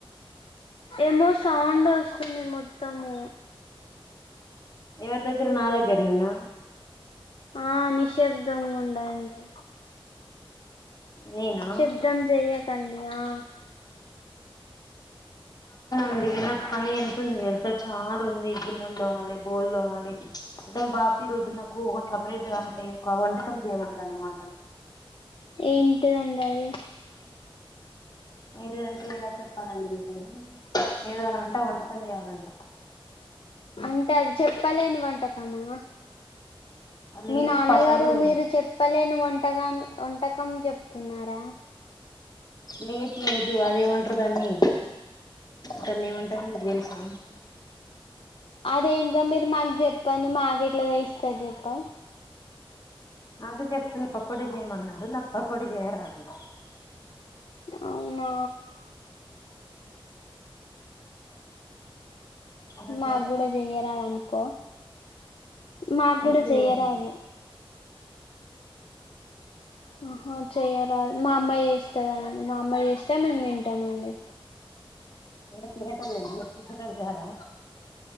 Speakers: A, on the left (about 70°); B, on the left (about 45°).
A: ఏమో సౌండొస్తుంది మొత్తము.
B: ఎవరి దగ్గర నా దగ్గరనేనా
A: ఆ నిశబ్దం గుం డండి.
B: నేనా
A: శబ్ధం చెయ్యకండి ఆ
B: అందుకే నాక్ పని ఎంతుంది తెల్సా చాలుంది. గిన్నెల్ తోమాలె బోల్ తోమాలె అంటే బా ప్రతి రోజునకు ఒక సపరేట్ అంటే ఒక వంటకం చేయమన్నడ్ అన్నమాట.
A: ఏంటిదండది?
B: ఏంటిదంటే ఎలా చెప్పాలండి కానీ ఏడువాలంట వంట చేయాలంట.
A: అంటే అద్ చెప్పలేని వంటకమా?
B: లేదు
A: మీ నాన్నగారు
B: పకోడి
A: మీరు చెప్పలేన్ వం టకా వంటకం చెప్తున్నారా?
B: లేదు లేదు అదేమంటరు దాన్ని దాన్నేమంటరు మీకు తెల్సా
A: అదేందో మీర్ మాక్ చెప్పంది మాకెట్ల తెల్స్ ఎపై
B: అదే చెప్తుంది పకోడి చేయమన్నాడు నాక్ పకోడీ చేయరాదు.
A: అవునా
B: ఎలా
A: మాక్
B: చేయాలి
A: గుడా చెయ్యరాద్ అనుకో మాక్
B: మీకు
A: గుడా
B: కూడా
A: చెయ్యరాదు.
B: చేయరాదు
A: ఆహా చెయ్యరా మా అమ్మా చేస్తేదండి మా అమ్మా చేస్తే మేము తింటామ అండి
B: అందరు తినేటోళ్ళే గని చేసేటోళ్లు కదా